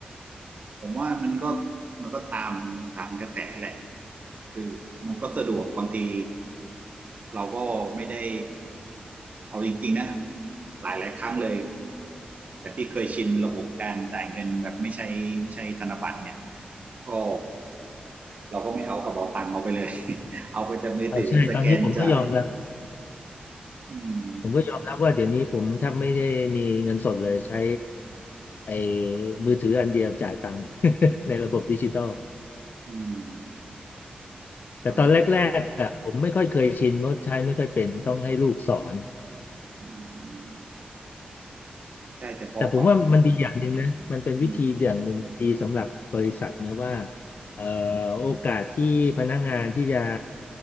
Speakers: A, on the right (about 50°); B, on the left (about 65°).
A: ผมว่ามันก็มันก็ตามตามกระแสแหละคือมันก็สะดวกบางทีเราก็ไม่ได้เอาจริงๆนะหลายหลายๆครั้งเลยจากที่เคยชินระบบการจ่ายเงินแบบไม่ใช้ไม่ใช่ธนบัตรเนี่ยก็เราก็ไม่เอากระเป๋าตังค์เอาไปเลย <laughs> เอาไปแต่มือถือสแกนจ่าย
B: เอาใช่ตอนนี้ผมก็ยอมรับ
A: อืม
B: ผมก็ยอมรับว่าเดี๋ยวนี้ผมแทบไม่ได้มีเงินสดเลยใช้ไอ้มือถืออันเดียวจ่ายตังค์ <laughs> ในระบบดิจิตอล
A: อืม
B: แต่ตอนแรกๆอะผมไม่ค่อยเคยชินเพราะใช้ไม่ค่อยเป็นต้องให้ลูกสอน
A: ทำให้อืม ใช่แต่พอปรับ
B: แต่ผมว่ามันดีอย่างหนึ่งนะมันเป็นวิธีอย่างหนึ่งดีสำหรับบริษัทนะว่า
A: อืม
B: เอ่อโอกาสที่พนักงานที่จะ